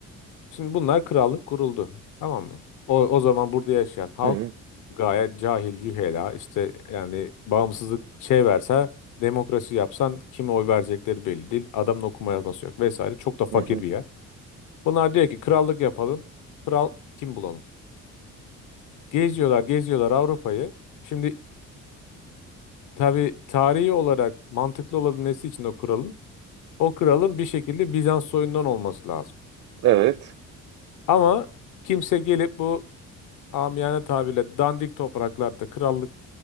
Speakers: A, on the left; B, on the right.
A: Şimdi bunlar krallık kuruldu. Tamam mı? O, o zaman burada yaşayan halk
B: Hı hı,
A: gayet cahil, cühela işte yani bağımsızlık şey verse demokrasi yapsan kime oy verecekleri belli değil. Adamın okuma yazması yok vesaire. Çok da fakir
B: hı hı.
A: bir yer. Bunlar diyor ki krallık yapalım. Kral kim bulalım? Geziyorlar, geziyorlar Avrupa'yı. Şimdi tabii tarihi olarak mantıklı olabilmesi için o kuralın O kralın bir şekilde Bizans soyundan olması lazım.
B: Evet.
A: Ama kimse gelip bu amiyane tabirle dandik topraklarda krallık